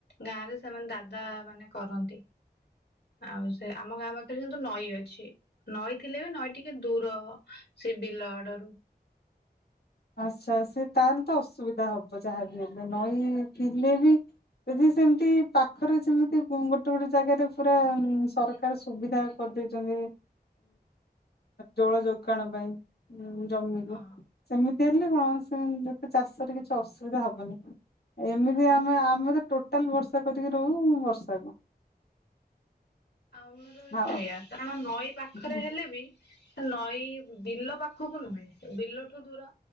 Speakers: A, on the left (about 85°); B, on the left (about 70°).
A: ଗାଁ ରେ ସେମାନେ ଦାଦା ମାନେ କରନ୍ତି। ଆଉ ସେ ଆମ ଗାଁ ପାଖରେ କିନ୍ତୁ ନଈ ଅଛି ନଈ ଥିଲେ ବି ନଈ ଟିକେ ଦୂର। ସେ ବିଲ ଆଡ଼ରୁ।
B: ଆଚ୍ଛା ସେ ତାହେଲେ ତ ଅସୁବିଧା ହବ। ଯାହା ବି ହେଲେ ନଈ ଥିଲେ ବି। ଯଦି ସେମିତି ପାଖରେ ଯେମିତି ଗୋଟେ ଗୋଟେ ଜାଗାରେ ପୁରା ସରକାର ସୁବିଧା କର। ଦେଇଛନ୍ତି ଜଳ ଯୋଗାଣ ପାଇଁ ଜମିକୁ।
A: ହଁ।
B: ଏମିତି ହେଲେ କଣ ସେତେ ଚାଷରେ କିଛି ଅସୁବିଧା ହବନି। ଏମିତି ଆମେ ଆମେ ତ ଟୋଟାଲ ଭରସା କରିକି ରହୁ ବର୍ଷାକୁ। <unintelligible>
A: ଆମର ବି
B: ହଁ।
A: ସେଇଆ କାରଣ ନଈ ପାଖରେ
B: ହୁଁ,
A: ହେଲେ ବି। ସେ ନଈ ବିଲ ପାଖକୁ ନୁହେଁ ବିଲଠୁ ଦୂର